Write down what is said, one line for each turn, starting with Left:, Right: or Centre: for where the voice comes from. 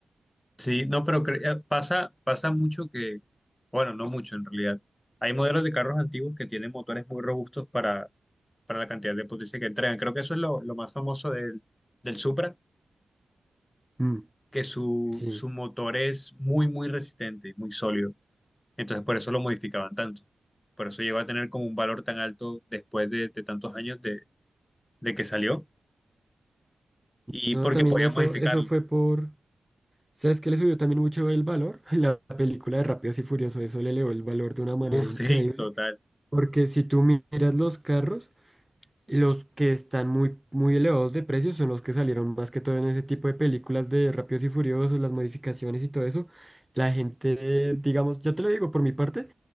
Left: Sí, no, pero cre- eh, pasa, pasa mucho que, bueno, no mucho en realidad. Hay modelos de carros antiguos que tienen motores muy robustos para, para la cantidad de potencia que entregan. Creo que eso es lo, lo más famoso del, del Supra,
Centre: Mm,
Left: que su,
Centre: sí.
Left: su motor es muy, muy resistente, muy sólido. Entonces, por eso lo modificaban tanto. Por eso llegó a tener como un valor tan alto después de, de tantos años de, de que salió y
Centre: No,
Left: porque
Centre: también
Left: podían
Centre: eso,
Left: modificarlo.
Centre: eso fue por... ¿Sabes qué le subió también mucho el valor? <laughs> La película de Rápidos y Furiosos, eso le elevó el valor de una manera
Left: Uf,
Centre: increíble.
Left: sí, total.
Centre: Porque si tú miras los carros, Los que están muy, muy elevados de precio son los que salieron más que todo en ese tipo de películas de Rápidos y Furiosos, las modificaciones y todo eso. La gente, eh, digamos, yo te lo digo por mi parte,